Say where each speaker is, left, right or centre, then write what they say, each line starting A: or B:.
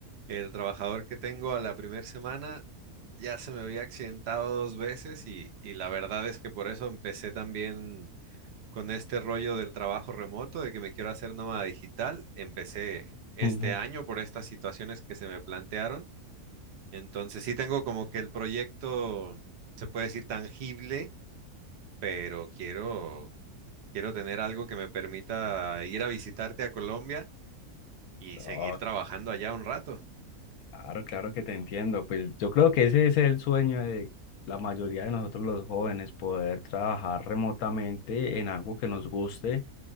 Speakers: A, on the right; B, on the left.
A: El trabajador que tengo a la primera semana ya se me había accidentado dos veces y, y la verdad es que por eso empecé también con este rollo del trabajo remoto, de que me quiero hacer nómada digital. Empecé este
B: <laughs>
A: año por estas situaciones que se me plantearon. Entonces sí tengo como que el proyecto, se puede decir, tangible pero quiero, quiero tener algo que me permita ir a visitarte a Colombia y
B: No,
A: seguir trabajando allá un rato.
B: claro, claro que te entiendo. Pues yo creo que ese es el sueño de la mayoría de nosotros los jóvenes, poder trabajar remotamente en algo que nos guste